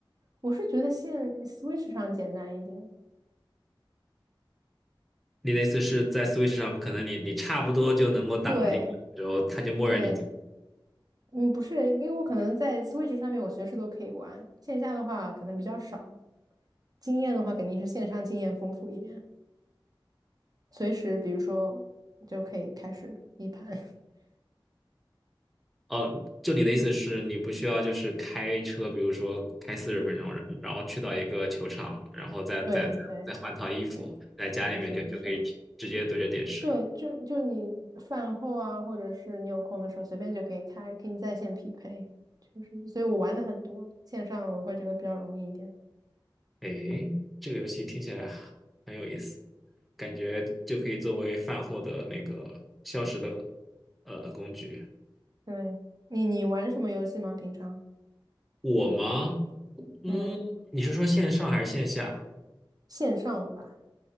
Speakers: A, on the right; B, in the centre.
A: 我是觉得现 Switch 上简单一点，
B: 你的意思是在 Switch 上，可能你你差不多就能够打进去然后他就默认你进
A: 对对。嗯，不是，因为我可能在 Switch 上面我随时都可以玩，线下的话可能比较少。经验的话，肯定是线上经验丰富一点，随时比如说就可以开始一盘。<laughs>
B: 哦。就你的意思是你不需要就是开车，比如说开四十分钟，然后去到一个球场，然后再再再再换套衣服，
A: 对对对，
B: 在家里面就就可以直直接对着电视。
A: 不需要不需要，就就就你饭后啊，或者是你有空的时候，随便就可以开，给你在线匹配，就是，所以我玩的很多，线上我会觉得比较容易一点。
B: 诶，这个游戏听起来很有意思，感觉就可以作为饭后的那个消食的呃工具。
A: 对，你你玩什么游戏吗？平常？
B: 我吗？嗯，
A: 嗯，
B: 你是说线上还是线下？
A: 线上吧。